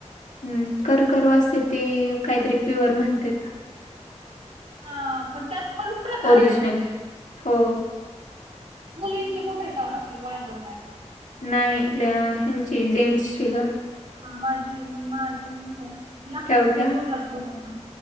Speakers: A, on the left; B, on the right.
A: हम्म कर कर वाजतय ते काहीतरी प्युअर म्हणतेत.
B: हा पण त्यात पण प्रकार
A: ओरिजनल
B: आहेत लय
A: हो.
B: मुलींची कुठय तवा असली वाजवणारी?
A: नाही ल्या ह्यांची जेंट्सची ग.
B: हा माझी माझी लागते
A: ठेवत्या
B: लई जोरात बघा पण.